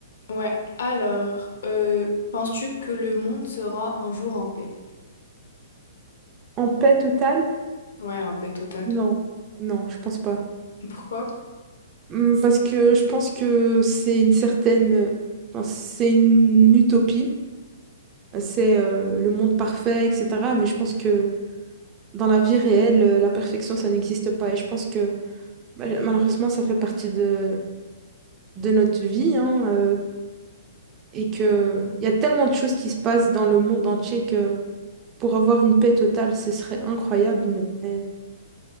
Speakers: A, on the left; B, on the right.
A: Ouais, alors, euh, penses-tu que le monde sera un jour en paix?
B: En paix totale?
A: Ouais, en paix totale.
B: Non, non, je pense pas.
A: Pourquoi?
B: Hum, Parce que je pense que c'est une certaine, euh, enfin, c'est une utopie, c'est euh, le monde parfait, etc. Mais je pense que dans la vie réelle, euh, la perfection, ça n'existe pas. Et je pense que bah, malheureusement, ça fait partie de, de notre vie, hein, Euh, et que il y a tellement de choses qui se passent dans le monde entier que pour avoir une paix totale, ce serait incroyable, mais mais